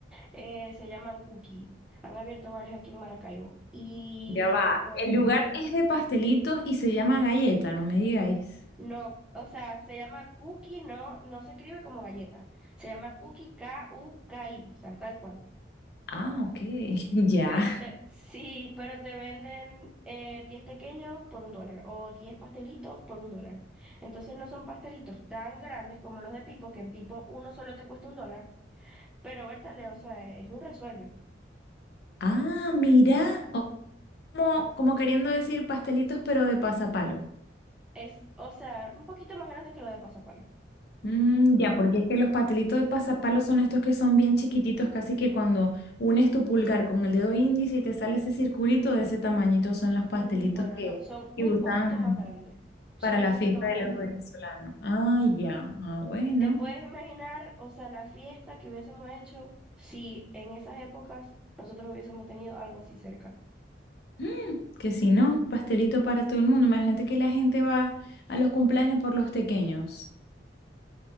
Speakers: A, in the centre; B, on the left.
A: eh, se llaman Cookie. Han abierto varios aquí en Maracaibo. Y
B: Ya va.
A: pues
B: El Mm, lugar es de pastelitos y se llama Galleta, no me digáis.
A: no, o sea, se llama Cookie, no, no se escribe como galleta. Se llama Cookie K-U-K-I, o sea, tal cual.
B: Ah, ok, <laughs> ya.
A: Pero te, sí, pero te venden eh, 10 pequeños por un dólar o 10 pastelitos por un dólar. Entonces no son pastelitos tan grandes como los de Pipo, que en Pipo uno solo te cuesta un dólar, pero Bertale, o sea, es un resuelve.
B: Ah, mira, o- como, como queriendo decir pastelitos pero de pasapalo.
A: Es, o sea, un poquito más grande que lo de Pasapalo.
B: Mm, ya, porque es que los patelitos de pasapalos son estos que son bien chiquititos, casi que cuando unes tu pulgar con el dedo índice y te sale ese circulito de ese tamañito, son los pastelitos
A: Mm, Bueno,
B: que,
A: no, son
B: que
A: un
B: usan
A: poquito más grandes. Son
B: para la
A: un poquito
B: fiesta
A: más
B: de
A: grandes.
B: los venezolanos. Ah, ya, ah, bueno.
A: ¿Te puedes imaginar, o sea, la fiesta que hubiésemos hecho si en esas épocas nosotros hubiésemos tenido algo así cerca?
B: Mm, que si no, pastelito para todo el mundo. Imagínate que la gente va a los cumpleaños por los pequeños.